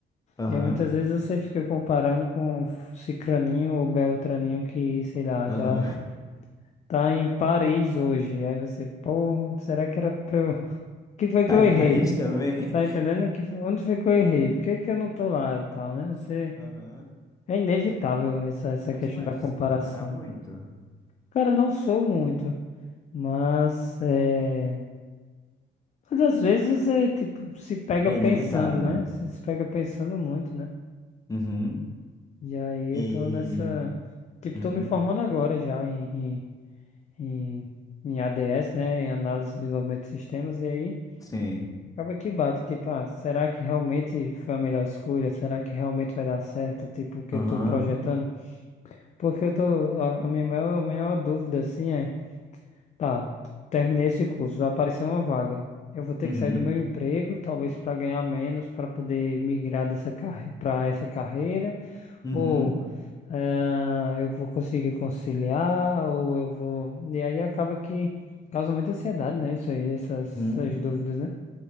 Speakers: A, on the left; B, on the left.
A: aham,
B: E aí muitas vezes você fica comparando com Cicraninho ou Beltraninho que, sei lá,
A: aham.
B: já
A: <laughs>
B: Tá em Paris hoje. Aí você, porra, será que era pra eu... <laughs> O que foi que
A: Tá
B: eu
A: em
B: errei?
A: Paris também?
B: Tá entendendo? Que foi- Onde foi que eu errei? Por que que eu não tô lá e tal, né? Você...
A: <laughs> Aham.
B: É inevitável essa, essa
A: Mas
B: questão
A: tu há
B: da
A: de
B: comparação.
A: se comparar muito?
B: Cara, não sou muito, mas... É... Mas às vezes você, tipo, se pega
A: É
B: pensando,
A: inevitável.
B: né? Você se pega pensando muito, né?
A: Uhum.
B: E aí
A: E.
B: eu tô nessa... Tipo,
A: Uhum.
B: tô me formando agora já em... em... em- em ADS, né, em análise e desenvolvimento de sistemas, e aí
A: Sim.
B: Acaba que bate, tipo, ah, será que realmente foi a melhor escolha? Será que realmente vai dar certo? Tipo, o que
A: Aham.
B: eu tô projetando? Porque eu tô, a, a minha maior, maior dúvida, assim, é, tá, terminei esse curso, vai aparecer uma vaga. Eu vou ter
A: Uhum.
B: que sair do meu emprego, talvez para ganhar menos, para poder migrar dessa carre para essa carreira,
A: Uhum.
B: ou eh, eu vou conseguir conciliar, ou eu vou. E aí acaba que causa muita ansiedade, né? Isso aí, essas
A: Uhum.
B: essas dúvidas, né?